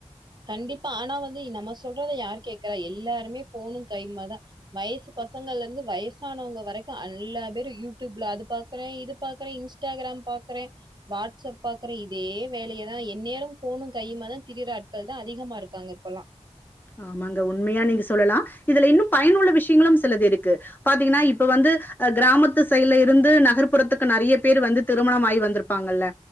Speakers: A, on the right (about 40°); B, on the left (about 15°).
A: கண்டிப்பா ஆனா வந்து நம்ம சொல்றத யாரு கேக்குறா எல்லாருமே ஃபோனு கையுமா தா வயசு பசங்கள்லெந்து வயசானவுங்க வரை க்க அல்லா பேரு யூடியூப்ல அது பாக்குறே இது பாக்குறே இன்ஸ்டாகிராம் பாக்குறே வாட்ஸ்அப் பாக்குறே இதே வேலையதா என்நேரமு ஃபோனு கையுமா தா திரியிறாட் கள்தா அதிகமா இருக்காங்க இப்பல்லா
B: ஆமாங்க உண்மையா நீங்க சொல்லலா இதுல இன்னு பயனுள்ள விஷ்யங்களும் சிலது இருக்கு பாத்தீங்கனா இப்ப வந்து் கிராமத்து சைட்ல இருந்து நகர்ப்புறத்துக்கு நறைய பேரு வந்து திருமணம் ஆயி வந்திருப்பாங்கல்ல